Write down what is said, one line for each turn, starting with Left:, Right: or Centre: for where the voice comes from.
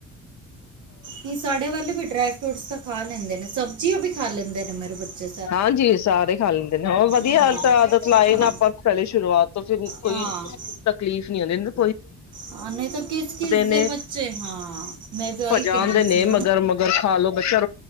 Right: ਨਹੀਂ ਸਾਡੇ ਵੱਲੇ ਵੀ ਡਰਾਈ ਫਰੂਟਸ ਤਾਂ ਖਾ ਲੈਂਦੇ ਨੇ, ਸਬਜ਼ੀਆਂ ਵੀ ਖਾ ਲੈਂਦੇ ਨੇ ਮੇਰੇ ਬੱਚੇ
Left: ਹਾਂਜੀ, ਸਾਰੇ ਖਾ ਲੈਂਦੇ ਨੇ ਹ ਵਧੀਆ
Right: ਹਾਂ
Left: ਆਦਤ ਲਾਏ
Right: ਹਾਂ
Left: ਨੇ ਆਪਾਂ ਪਹਿਲੇ, ਸ਼ੁਰੂਆਤ ਤੋਂ ਫਿਰ ਕੋਈ
Right: ਹਾਂ
Left: ਤਕਲੀਫ਼ ਨੀ ਆਉਂਦੀ ਇਨੂੰ
Right: ਹਾਂ, ਨਹੀਂ ਤਾਂ ਕਿਸ-ਕਿਸ
Left: ਨੇ
Right: ਦੇ ਬੱਚੇ ਹਾਂ। ਮੈਂ ਵੀ ਉਹੀ
Left: ਭਜਾਦੇ
Right: ਕਹਿ ਰਹੀ ਸੀ।
Left: ਨੇ ਮਗਰ ਮਗਰ ਖਾ ਲੋ ਬੱਚਾ,